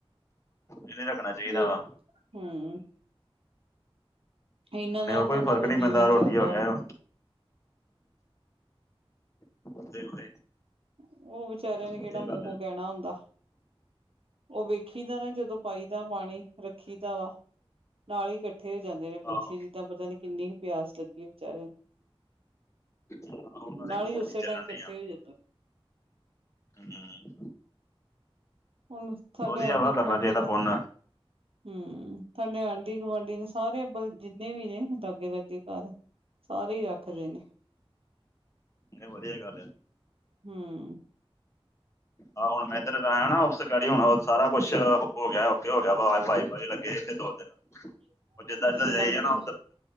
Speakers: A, on the left (about 30°); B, on the right (about 65°).
A: ਇਹਨੇ ਰੱਖਣਾ ਚਾਹੀਦਾ
B: ਜ
A: ਵਾ
B: ਹਮ ਇਨਾਂ
A: ਭਾਵੇਂ
B: ਨਾਲ
A: ਉਹ ਕੋਈ
B: ਤਾਂ ਉਨਾਂ
A: ਫ਼ਰਕ
B: ਦਾ
A: ਨੀ
B: ਜੀਵਨ
A: ਪੈਂਦਾ ਰੋਟੀ
B: ਚੱਲਦਾ
A: ਹੋ ਗਿਆ
B: ਵਾ
A: <unintelligible>
B: ਉਹ ਵਿਚਾਰਿਆਂ ਨੇ
A: ਇਹ
B: ਕੇੜਾ ਮੂੰਹੋਂ
A: ਗੱਲ ਆ
B: ਕੈਣਾ ਹੁੰਦਾ। ਉਹ ਵੇਖੀ ਦਾ ਨਾ ਜਦੋਂ ਪਾਈ ਦਾ ਪਾਣੀ ਰੱਖੀ ਦਾ ਵਾ ਨਾਲ ਹੀ ਕੱਟੀ ਕੱਠੇ ਜਾਂਦੇ ਨੇ ਪੰਛੀ
A: ਆਹੋ
B: ਜੀਦਾਂ ਪਤਾ ਨੀ ਕਿੰਨੀ ਪਿਆਸ ਲੱਗੀ ਵਿਚਾਰਿਆਂ ਨੂੰ
A: ਉਹਨਾਂ ਦੇ
B: ਨਾਲ ਈ
A: ਗੱਡੀ
B: ਉਸੇ
A: ਚੱਲਣ
B: ਟਾਈਮ ਕੱਠੇ
A: ਡੀ ਆ
B: ਹੋ ਜਾਂਦੇ।
A: ਹੂੰ
B: ਹੁਣ ਸਾਡੇ
A: ਵਧੀਆ
B: ਆਂਢੀ-ਗੁਆਂਢੀ
A: ਵਾ ਕਰਨਾ ਚਾਹੀਦਾ
B: ਨੇ।
A: ਪੁੰਨ
B: ਹਮ ਸਾਡੇ ਆਂਢੀ-ਗੁਆਂਢੀ ਨੇ, ਸਾਰੇ ਅਬਲ ਜਿੰਨੇ ਵੀ ਨੇ ਲਾਗੇ-ਲਾਗੇ ਘਰ ਸਾਰੇ ਈ ਰੱਖਦੇ ਨੇ।
A: ਏ ਵਧੀਆ ਗੱਲ ਏ।
B: ਹਮ।
A: ਆ ਹੁਣ ਮੈਂ ਇੱਧਰ ਆਇਆ ਨਾ ਉਸ ਗੜੀ ਹੁਣ ਸਾਰਾ ਕੁਛ ਹੋ ਗਿਆ ਔਕੇ ਹੋ ਗਿਆ ਵ ਵਾਈ ਫਾਈ ਲੱਗੇ ਇੱਥੇ ਦੋ-ਤਿੰਨ
B: <inaudible>
A: ੳ ਜਿਦਾ,
B: ਅੱਛਾ
A: ਜਿਦਾ ਜਾਈ
B: ਲਾਗੇ
A: ਜਾਣਾ